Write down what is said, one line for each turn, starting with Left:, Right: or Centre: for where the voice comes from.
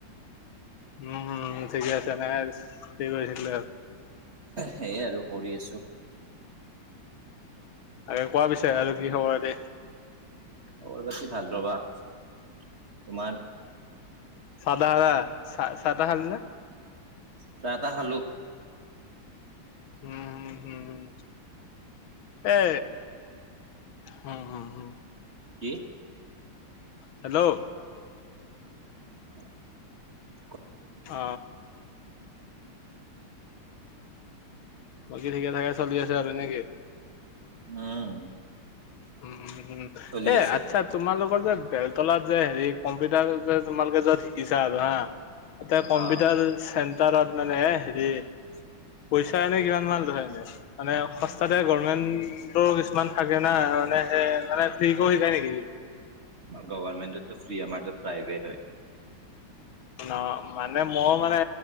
Left: উম ঠিকে আছে নাই কি কৰি শিকিল
Right: সেইয়াই আৰু কৰিঢ আছো
Left: তাকে কোৱা পিছে আৰু কি খবৰ এ দি?
Right: খবৰ পাতি ভাল ৰবা, তোমাৰ?
Left: চদাহা চাদাাহাল ন
Right: চাহ তাহ খালো
Left: উম হম হম হম। এ হ হম হম
Right: কি?
Left: হেল্ল'
Right: <unintelligible>
Left: অ বাকী ঠিকে ঠাকে চলি আছে আৰু নেকি?
Right: উম
Left: উম হম
Right: চলি
Left: এ
Right: আছে
Left: আচ্ছা তোমালোক আৌ যে বেলতলাত যে হেৰি কম্পিউটাৰ যে তোমালোকে য'ত শিকিছা আৰু হা তাতে কম্পিউটাৰ
Right: অ।
Left: চেণ্টাৰত মানে হেৰি পইচা এনে কিমান মান লয় এনে, মানে সস্তাতে গভৰ্মেন্টৰ কিছুমান থাকে না। মানে সে মানে ফ্ৰি কৰি শিকায় নেকি?
Right: গভমেণ্ট ফ্ৰী আমাৰটো প্ৰাইভেট হয়।
Left: ন মানে মই মানে